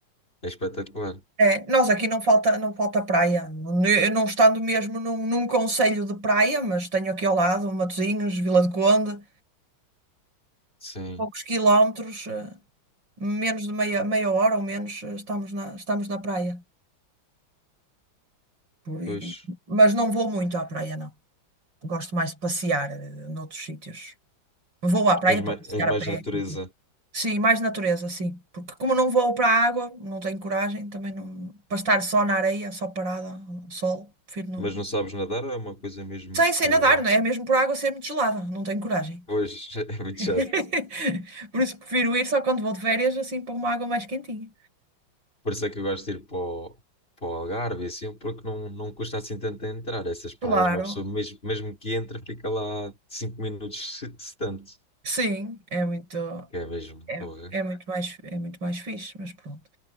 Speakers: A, on the left (about 25°); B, on the right (about 60°).
A: é espetacular.
B: É, nós aqui não falta, não falta praia. Eu não estando mesmo num, num concelho de praia, mas tenho aqui ao lado Matosinhos, Vila do Conde,
A: Sim,
B: poucos quilómetros, eh, menos de meia, meia hora ou menos, eh, estamos na, estamos na praia. Por, e-
A: pois.
B: mas não vou muito à praia, não. Gosto mais de passear, eh, noutros sítios. Vou à praia
A: És
B: para
A: mais,
B: passear
A: és
B: a
A: mais
B: pé.
A: natureza,
B: quer dizer. Sim, mais natureza, sim. Porque como não vou para a água, não tenho coragem, também não, para estar só na areia, só parada, ao sol, prefiro não.
A: mas não sabes nadar é uma coisa mesmo
B: Sei, sei
A: que.
B: nadar, não é? É Mesmo por água ser muito gelada, não tenho coragem.
A: Pois, <laughs> é muito
B: <laughs>
A: chato.
B: Por isso prefiro ir só quando vou de férias, assim, para uma água mais quentinha.
A: Por isso é que eu gosto de ir para o, para o Algarve, e assim, porque não, não custa assim tanto a entrar. Essas praias,
B: Claro,
A: uma pessoa mesmo, mesmo que entra, fica lá cinco minutos, <laughs> se, se tanto.
B: sim, é muito,
A: Que é mesmo,
B: é,
A: porra.
B: é muito mais, é muito mais fixe, mas pronto.